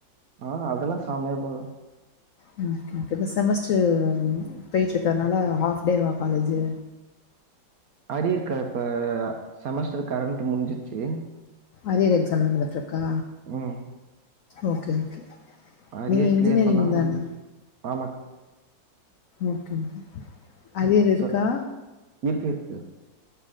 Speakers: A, on the right (about 65°); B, on the left (about 80°).
A: அ அதெலா செம்மையா போ
B: ஓக்கே ஓக்கே இப்ப செமஸ்டரு பேயிட்ருக்றதுனால ஹாஃப்டேவா காலேஜி
A: அரியர்க்கா இப்ப செமஸ்ட்ரு கரண்ட்டு முடிஞ்சுருச்சி
B: அரியர் எக்ஸாம் நடந்துட்ருக்கா
A: ம்
B: ஓக்கே ஓக்கே
A: அரியர்
B: நீங்க இன்ஜினியரிங்ந்தான
A: கிளியர் பண்ணா முடிஞ்சு. ஆமாக்கா
B: ஓக்கே அரியர்
A: இப்ப
B: இருக்கா
A: இருக்கு இருக்கு